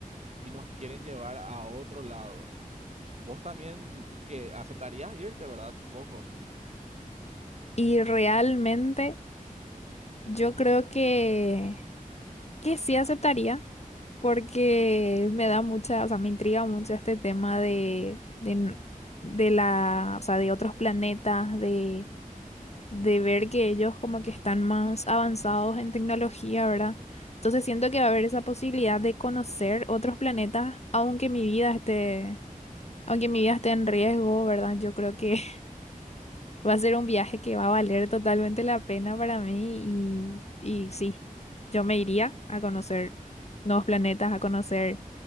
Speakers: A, on the right; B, on the left.
A: y nos quieren llevar a otro lado. Vos también que aceptarías irte, ¿verdad? Supongo.
B: Y realmente... Yo creo que, que sí aceptaría, porque me da mucha, o sea, me intriga mucho este tema de, de, n- de la, o sea, de otros planetas, de, de ver que ellos como que están más avanzados en tecnología, ¿verdad? Entonces siento que va a haber esa posibilidad de conocer otros planetas, aunque mi vida esté, aunque mi vida esté en riesgo, ¿verdad? Yo creo que Va a ser un viaje que va a valer totalmente la pena para mí y, y sí, yo me iría a conocer nuevos planetas, a conocer